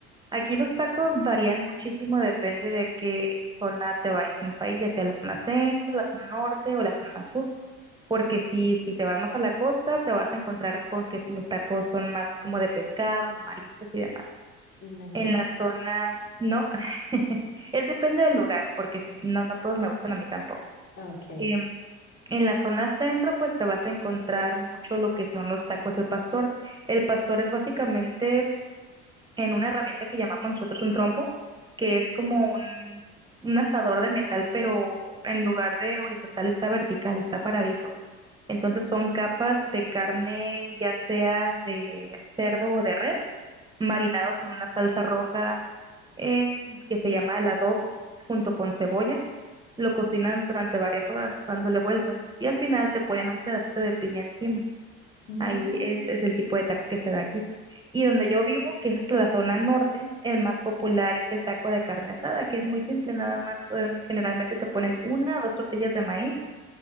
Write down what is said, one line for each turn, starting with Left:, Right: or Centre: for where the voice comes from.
Right: aquí los tacos varían muchísimo, depende de qué zona te vayas en el país, ya sea la zona centro, la zona norte o la zona sur. porque si, si te vas más a la costa, te vas a encontrar con que los tacos son más como de pescado, de mariscos y demás.
Left: No me
Right: En
Left: gusta.
Right: la zona, no, <laughs> es depende del lugar, porque si, no, no todos me gustan a mí tampoco.
Left: Ok.
Right: Em, en la zona centro, pues te vas a encontrar mucho lo que son los tacos al pastor. El pastor es básicamente en una herramienta que llamamos nosotros un trompo, que es como un, un asador de metal, pero en lugar de horizontal está vertical, está paradito. Entonces son capas de carne, ya sea de cerdo o de res, marinados en una salsa roja eh, que se llama el adobo, junto con cebolla. Lo cocinan durante varias horas, dándole vueltas. Y al final te ponen un pedacito de piña encima.
Left: Mm,
Right: Ahí es, es el tipo de taco que se da aquí. Y donde yo vivo, que es hasta la zona norte, el más popular es el taco de carne asada, que es muy simple, nada más son- generalmente te ponen una o dos tortillas de maíz